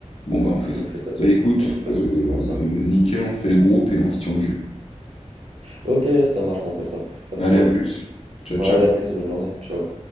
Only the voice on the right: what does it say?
je
me fais pas de,
je me fais pas
de soucis pour ça.
Ok, ça marche, bon, on fait ça, pas de
problème.
Ouais,
allez, à plus, bonne journée, ciao.